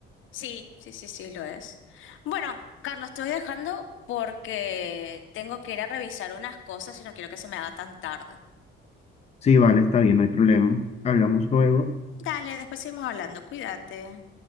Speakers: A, on the left; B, on the left.
A: Sí, sí, sí, sí, lo es. Bueno, Carlos, te voy dejando porque tengo que ir a revisar unas cosas y no quiero que se me haga tan tarde.
B: Sí, vale, está bien, no hay problema. Hablamos luego.
A: Dale, después seguimos hablando, cuídate.